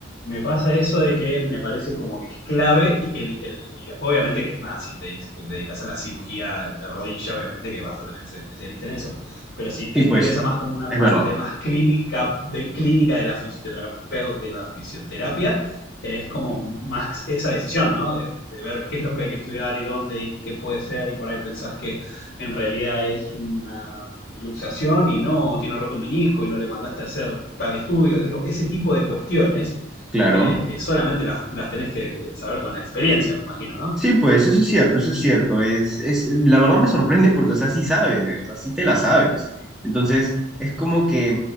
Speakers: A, on the left; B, in the centre.
A: me pasa eso de que me parece como que es clave y que el, el- y después obviamente que, nada, si te dedicas a la cirugía de rodilla, obviamente que vas a tener que ser especialista en eso pero si te
B: Sí,
A: interesa
B: pues,
A: más como una
B: es
A: parte
B: verdad,
A: más clínica de clínica de la fisioterapia, de la fisioterapia, es como más esa decisión, ¿no? De, de, de, ver qué es lo que hay que estudiar y dónde y qué puede ser y por ahí pensás que en realidad es una luxación y no, tiene roto un menisco y no le mandaste a hacer tal estudio. Digo, ese tipo de cuestiones
B: claro.
A: que, que solamente las, las, tenés que saber con la experiencia, me imagino, ¿no?
B: Sí, pues eso es cierto, eso es cierto. Es, es, la verdad me sorprende porque, o sea, sí sabes, o sea, sí te la sabes. Entonces, es como que,